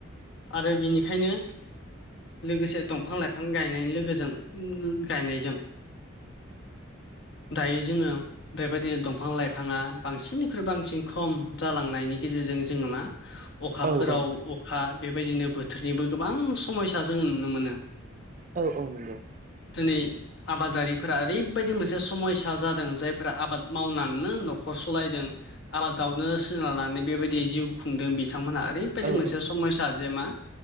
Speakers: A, on the left; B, on the right.
A: आरो बेनिखायनो लोगोसे दंफां-लाइफां गायनायनि लोगोजों गायनायजों दायो जोङो बेबायदिनो दंफां लाइफाङा बांसिननिख्रुइ बांसिन खम जालांनायनि गेजेरजों जोङो मा अखाफोराव
B: औ औ
A: अखा बेबायदिनो बोथोरनिबो गोबां समायसा जोङो नुनो मोनो।
B: औ औ नंगौ।
A: दिनै आबादारिफोरा ओरैबायदि मोनसे समयसा जादों जाय फोरा आबाद मावनानैनो न'खर सालायदों आबादावनो सोनारनानै बेबायदि जिउ खुंदों बिथांमोनहा ओरैबायदि
B: औ
A: मोनसे समयसा जे मा